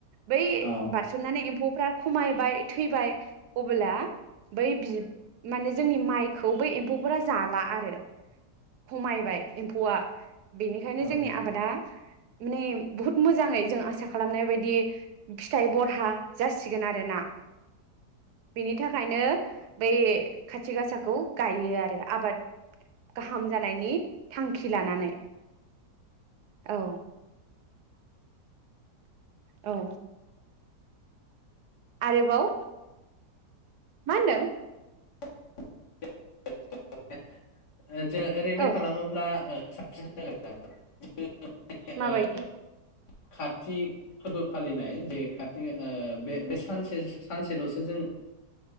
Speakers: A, on the right; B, on the left.
A: बै
B: औ
A: बारसोमनानै एम्फौफ्रा खमायबाय थैबाय अबोला बै बिब माने जोंनि माइखौ बै एम्फौफोरा जाला आरो खमायबाय एम्फौआ बेनिखायनो
B: औ
A: जोंनि आबादा नेम बहुत मोजांङै जों आसा खालामनाय बायदि फिथाइ बरहा जासिगोन आरोना बिनि थाखायनो बै खाथि गासाखौ गायो आरो आबाद गाहाम जानायनि थांखि लानानै औ औ आरोबाव मा होनदों?
B: <unintelligible> ओ जोङो ओरैबायद
A: औ
B: खालामोब्ला ओ साबसे ज <unintelligible>
A: माबायदि
B: <unintelligible> खाथिग फोरबो फालिनाय जे खाथि ओ बे-बे सानसे सानसेल'सो जोङो